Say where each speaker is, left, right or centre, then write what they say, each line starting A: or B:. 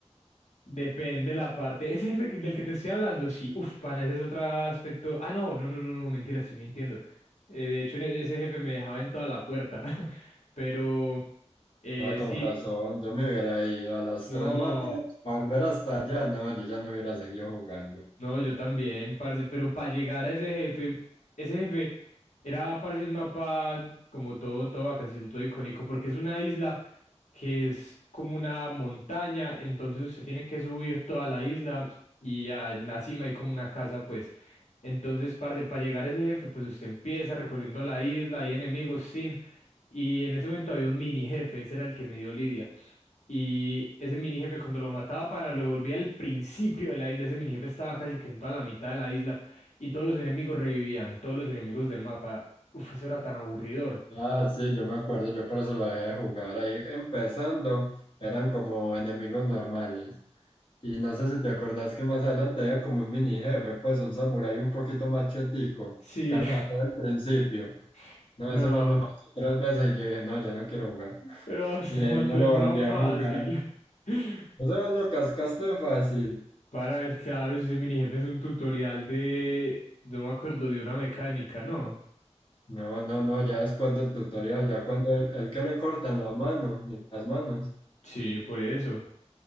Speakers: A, on the left; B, on the left.
A: Depende la parte. Ese jefe que- del que te estoy hablando, sí, uf, pana, ese es otro aspecto. Ah, no, no, no, no, no, mentira, estoy mintiendo. Eh, de hecho, en e- ese jefe me dejaba en toda la puerta. <laughs> Pero, eh,
B: Ah, con
A: sí,
B: razón, yo me hubiera ido a las
A: no.
B: tres matadas, volver hasta allá, no, yo ya no hubiera seguido jugando.
A: No, yo también, parce, pero para llegar a ese jefe, ese jefe era, parce, un mapa como todo, todo casi todo icónico, porque es una isla que es como una montaña, entonces usted tiene que subir toda la isla y ya en la cima hay como una casa, pues. Entonces, parce, para llegar a ese jefe, pues usted empieza recorriendo la isla, hay enemigos, sin, y en ese momento había un mini jefe, ese era el que me dio Lidia. Y ese mini jefe cuando lo mataba para lo devolvía al principio de la isla, ese mini jefe estaba casi que en toda la mitad de la isla y todos los enemigos revivían, todos los enemigos del mapa. Uf, eso era tan aburridor.
B: Ah, sí, yo me acuerdo, yo por eso lo dejé de jugar ahí empezando, eran como enemigos normales. Y no sé si te acordás que más adelante había como un mini jefe, pues un samurái un poquito más chetico,
A: Sí,
B: ca- a todo el principio.
A: <laughs>
B: No,
A: no,
B: ese más me mató tres veces y yo dije, no, ya no quiero jugar. <laughs>
A: pero usted
B: Y
A: mató
B: ahí no lo
A: el
B: volví
A: más
B: a
A: fácil.
B: jugar.
A: <laughs>
B: Eso vos lo cascaste fácil.
A: Para, es claro, si ese mini jefe es un tutorial de, no me acuerdo, de una mecánica, ¿no?
B: No, no, no, ya después del tutorial, ya cuando el, el que le cortan la mano, las manos.
A: Sí, por eso.